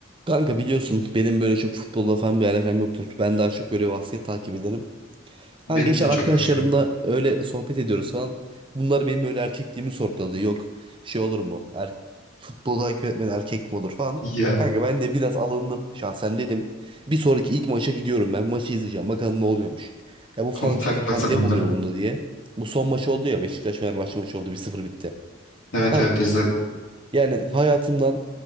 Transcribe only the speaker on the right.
Kanka biliyorsun benim böyle çok futbolla falan bir alakam yoktur. Ben daha çok böyle basket takip ederim. Ha
geçen
arkadaşlarımla
öyle sohbet ediyoruz falan. Bunlar benim böyle erkekliğimi sorguladı. Yok şey olur mu? Er futbolu takip etmeyen erkek mi olur falan.
Kanka ben de biraz alındım şahsen dedim. Bir sonraki ilk maça gidiyorum ben. Maçı izleyeceğim. Bakalım ne oluyormuş. Ya bu fanatikler
falan
ne
buluyor bunda diye. Bu son maç oldu ya Beşiktaş Fenerbahçe maçı oldu. Bir sıfır bitti.
Kanka
yani hayatımdan